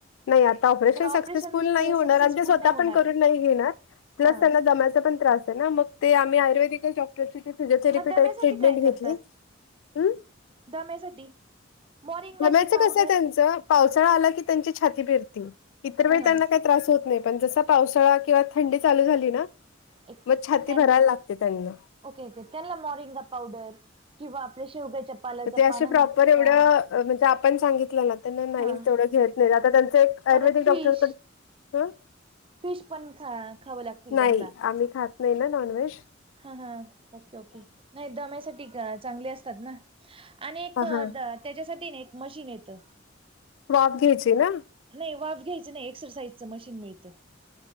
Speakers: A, on the left; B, on the right.
A: नाही आता ऑपरेशन
B: तर
A: सक्सेसफुल नाही होणार
B: सक्सेसफुल
A: आणि ते स्वतः
B: नाही होणार
A: पण करून नाही घेणार. प्लस
B: हा
A: त्यांना दम्याचा पण त्रास आहे ना मग ते आम्ही आयुर्वेदिक डॉक्टरची फिजिओथेरपी
B: मग दम्यासाठी
A: टाईप ट्रीटमें
B: काय
A: घेतली,
B: करतात
A: हम.
B: दम्यासाठी. मोरिंगाची
A: दम्याचं
B: पावडर
A: कसं आहे त्यांच पावसाळा आला की त्यांची छाती पिरती, इतर
B: हा
A: वेळी त्यांना
B: हा
A: काही त्रास होत नाही. पण जसा पावसाळा किंवा थंडी चालू झाली ना,
B: एक
A: म छाती
B: त्यां
A: भरायला लागते त्यांना.
B: ओके ओके त्यांना मॉरिंगा पावडर, किंवा आपल्या शेवग्याच्या पालाच्या
A: ते असे
B: पानांचा
A: प्रॉपर एवढं म्हणजे आपण सांगितलं ना त्यांना नाही
B: हा
A: तेवढं घेत नाही आता त्यांचं एक आयुर्वेदिक
B: परत फिश
A: डॉक्टरकडं, <unintelligible>
B: फिश पण खा खावं लागतील
A: नाही
B: त्यांना.
A: आम्ही खात नाही ना नाॅनव्हेज.
B: हा हा. Okay okay. नाही दम्यासाठी चांगले असतात ना. आणि एक
A: हा
B: द त्यांच्यासाठी ना एक मशीन येतं.
A: वाफ घ्यायची ना?
B: नाही, वाफ घ्यायच नाही. एक्सरसाईजचं मशीन मिळतं.